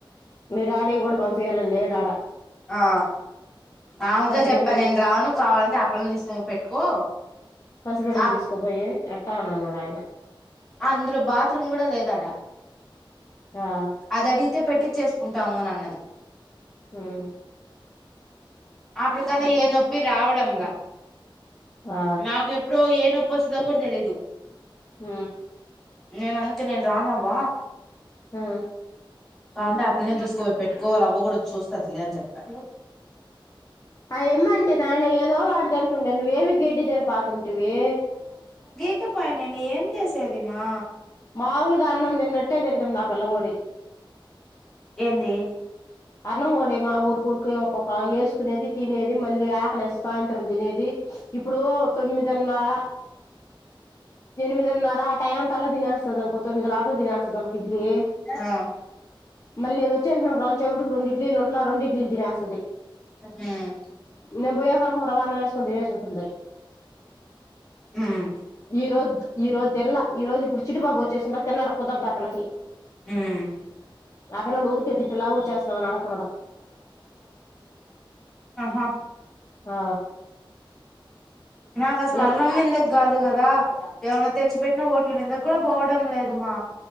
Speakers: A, on the left (about 35°); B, in the centre.
A: మీ డాడీకి కూడా పంపీయాలని లేడు ఆడ
B: ఆ ఆమెకే
A: పసిబిడ్డ
B: చెప్పా నేను రాను కావాలంటే ఆ పిల్ల ని తీసుకోని పెట్టుకో
A: పసిబిడ్డని
B: ఆ
A: తీసుకపోయి ఎట్టా అని అన్నాడు ఆయన
B: అందులో బాత్రూమ్ కూడా లేదాడా
A: ఆ
B: అది అడిగితే పెట్టి చ్చేసుకుంటాము అని అన్నది
A: మ్మ్ హ్
B: అప్పుటికన్నా ఏ నొప్పి రావడంలా
A: ఆ
B: నాకు ఎప్పుడో ఏ ప్పి వస్తదో కూడా తెలియదు
A: హ
B: నేను అందుకనే నేను రానవ్వ
A: హా
B: కాకుంటే ఆ పిల్లనే తీసుకో పెట్టుకో వాళ్ళ అవ్వ కూడా వచ్చి చూస్తదిలే అని చెప్తా
A: అ ఏమ్మంటే ఆయన ఏదో వాడిదంటుండే నువ్వ ఏవి గడ్డి తిని పోతింటివి
B: ఇక పై నేనేం చేసేది మా
A: మాములుగా అన్నం తిన్నట్టే తింటుంది ఆ పిల్లగూడా
B: ఏంది
A: అన్నం కూడా మా ఉరుకూరికే ఓక్క వేసుకునేది తినేది మళ్ళీ ఆ అలా సాయంత్రం తినేది ఇప్పుడు తొమ్మిదిన్నర ఎనిమిదిన్నర ఆ టైయానికి తలా తినేస్తాది అనుకో త్తొమ్ది లోపల తినేస్తది అనుకో ఇడ్లీ
B: ఆ
A: మళ్ళీ నేను వచ్చేసిన కొంచేపటికి రెండు ఇడ్లీలు ఉండ్ల ఆ రెండు ఇడ్లీలు తినేస్తది
B: ఉమ్
A: నేను పోయనానుకొని అన్నం వేసుకొని తినేసింటుంది
B: ఉమ్
A: ఈ రోజు ఈ రోజు తిన్ల ఈ రోజు ఇప్పుడు చిట్టిబాబు వచ్చేసిండు తినడం కుదరదు ఆ పిల్లకి
B: ఉమ్
A: ఆ పిల్లోడు ఊర్కే తింటే లావ్ వచ్చేస్తున్నావు అని అడక్క
B: ఆహా
A: ఆ
B: నాకు అసలు
A: నేను
B: అన్నంతినబుద్ది కాదు కదా ఏమన్న తెచ్చి పెట్టినా ఓట్ల మింగకుండా పోవడం లేదుమా